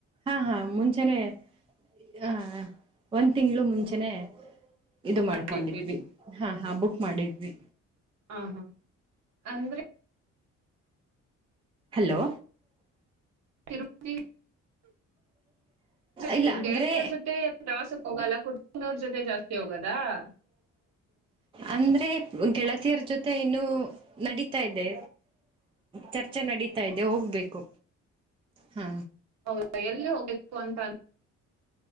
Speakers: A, on the right; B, on the right.
A: ಹಾ ಹಾ ಮುಂಚೆನೆ ಹ ಒಂದ್ ತಿಂಗ್ಗಳು ಮುಂಚೆನೆ ಇದು ಮಾಡ್ಕೊಂಡಿದ್ವಿ
B: ಮಾಡಿದ್ರಿ
A: ಹಾ ಹಾ ಬುಕ್ ಮಾಡಿದ್ವಿ
B: ಆ ಹಾ ಅಂದ್ರೆ
A: ಹಲೋ
B: ತಿರುಪತಿ ೊ
A: ಇಲ್ಲ ಅಂದ್ರೆ
B: ಗೆಳತಿಯರ್ ಜೊತೆ ಪ್ರವಾಸಕ್ಕೆ ಹೋಗಲ್ಲ ಕುಟ್ಟಕನವ್ರ ಜೊತೆ ಜಾಸ್ತಿ ಹೋಗದ <unintelligible>
A: ಅಂದ್ರೆ ಗೆಳತಿಯರ ಜೊತೆ ಇನ್ನು ನಡಿತಾ ಇದೆ ಚರ್ಚೆ ನಡಿತ ತ ಇದೆ ಹೋಗ್ಬೇಕು ಹಾ
B: ಹೌದಾ ಎಲ್ಲಿ ಹೋಗಿಸಕೊಅಂತ